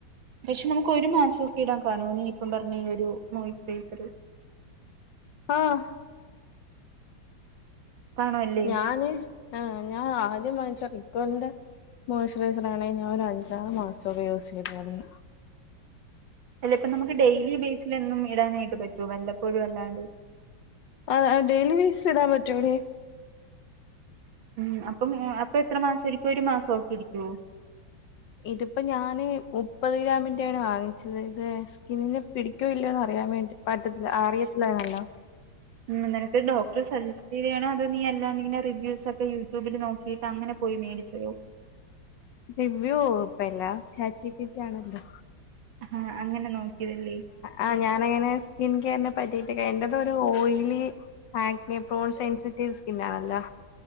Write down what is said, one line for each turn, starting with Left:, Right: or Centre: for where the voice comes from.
Right: പക്ഷെ നമുക്ക് ഒരു മാസൊക്കെ ഇടാൻ കാണോ നീ ഇപ്പം പറഞ്ഞ ഈ ഒരു മോയിസ്ചറൈസർ
Left: ആഹ്
Right: കാണുമല്ലേ
Left: ഞാന് ആഹ് ഞാൻ ആദ്യം വങ്ങിച്ച റിക്കൊല്ന്റെ മോസ്ചറൈസറാണെ ഞാൻ ഒരു അഞ്ചാറ് മാസൊക്കെ യൂസെയ്തായിരുന്നു
Right: ചെലേപ്പം നമുക്ക് ഡെയ്ലി ബേസില് എന്നും ഇടാനായിട്ട് പറ്റോ വല്ലപ്പോഴും അല്ലാണ്ട്
Left: ആഹ് ആഹ് ഡെയിലി <unintelligible> പറ്റൂലേ
Right: ഉം അപ്പം അപ്പൊ എത്ര മാസയിരിക്കും ഒര് മാസൊക്കെ ഇരിക്കോ
Left: ഇത്പ്പോ ഞാന് മുപ്പത് ഗ്രാമിന്റാണ് വാങ്ങിച്ചത് ഇത് സ്കിന് പിടിക്കോ ഇല്ലോന്ന് അറിയാൻ വേണ്ടി പറ്റത്തി അറിയത്തില്ലാര്ന്നല്ലോ
Right: ഉം നിനക്ക് ഡോക്ടറെ സജസ് റ്റെയ്താണോ അത് നീ അല്ലാതെ ഇങ്ങനെ റിവ്യൂസൊക്കെ യൂട്യൂബില് നോക്കീട്ട് അങ്ങനെ പോയി മേടിച്ചതോ
Left: റിവ്യൂ ഇപ്പല്ല ചാറ്റ്ജിപ്പിട്ടിയാണല്ലോ
Right: ആഹ് ആഹ് അങ്ങനെ നോക്കിയതല്ലേ
Left: ആഹ് ഞാനങ്ങനെ സ്കിൻ കെയറിനെ പറ്റിയിട്ടെക്കെ എന്റേതൊര് ഓയിലി ആഗ്നപ്രോൾ സെൻസിറ്റീവ് സ്കിനാണല്ലോ